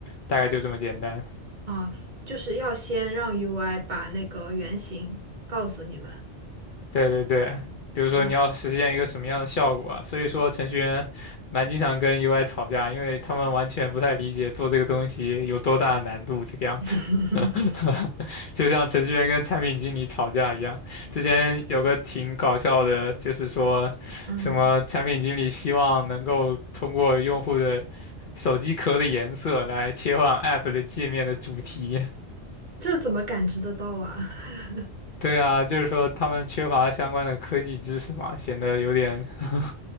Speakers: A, on the left (about 55°); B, on the right (about 40°).
A: 大概就这么简单。
B: 啊，就是要先让 UI 把那个原型告诉你们
A: 对对对，比如说你要实现一个什么样的效果啊？
B: 啊
A: 所以说程序员蛮经常跟 UI 吵架，因为他们完全不太理解做这个东西有多大的难度这个样子。
B: <laughs>，
A: <laughs> 就像程序员跟产品经理吵架一样，之前有个挺搞笑的，就是说什么产品经理希望能够通过用户的
B: 嗯，
A: 手机壳的颜色来切换 App 的界面的主题，
B: 这怎么感知得到啊？<laughs>
A: 对啊，就是说他们缺乏相关的科技知识嘛，显得有点 <laughs>